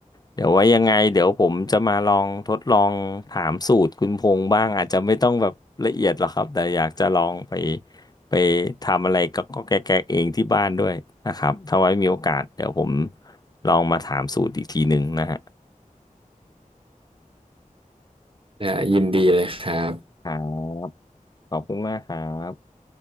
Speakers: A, on the left (about 30°); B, on the right (about 40°).
A: เดี๋ยวไว้ยังไงเดี๋ยวผมจะมาลองทดลองถามสูตรคุณพงษ์บ้างอาจจะไม่ต้องแบบละเอียดหรอกครับแต่อยากจะลองไป ไปทำอะไรก็ก็แกะๆเองที่บ้านด้วยนะครับถ้าไว้มีโอกาสเดี๋ยวผมลองมาถามสูตรอีกทีหนึ่งนะฮะ
B: ได้ยินดีเลยครับ
A: ครับขอบคุณมากครับ